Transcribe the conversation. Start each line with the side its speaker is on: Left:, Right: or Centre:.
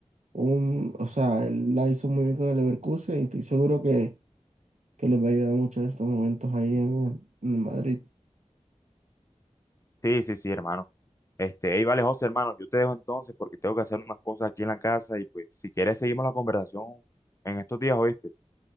Right: un, o sea, él la hizo muy bien con el Leverkusen y estoy seguro que, que les va a ayudar mucho en estos momentos ahí en, el- en Madrid.
Left: Sí, sí, sí, hermano. Este, hey, vale, José, hermano, yo te dejo entonces porque tengo que hacer unas cosas aquí en la casa y pues si quieres seguimos la conversación en estos días, ¿oíste?